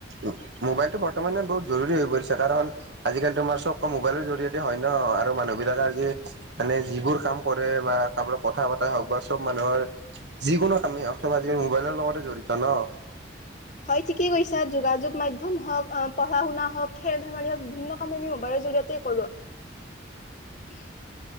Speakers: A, on the right; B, on the left.
A: উম, মোবাইল টো বৰ্তমানে বহুত জৰুৰী হৈ গৈছে। কাৰণ আজিকালি তোমাৰ চব কাম মোবাইলৰ জৰিয়তে হয় ন আৰু মানুহ বিলাকে আজি মানে যিবোৰ কাম কৰে বা কাৰোবাক কথা পতা হওক বা চব মানুহৰ যিকোনো কামেই হওক চব আজিকালি মোবাইলৰ লগতে জড়িত নহ।
B: হয় ঠিকেই কৈছা যোগাযোগ মাধ্যম হওক পঢ়া শুনা হওক খেল ধেমালি হওক বিভিন্ন কাম আমি মোবাইলৰ জৰিয়তে কৰো।